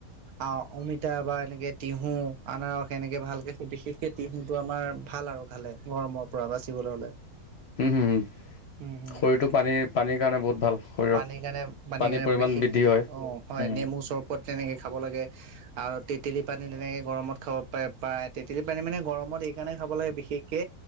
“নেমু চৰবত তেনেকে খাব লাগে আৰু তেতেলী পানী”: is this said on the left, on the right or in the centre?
Right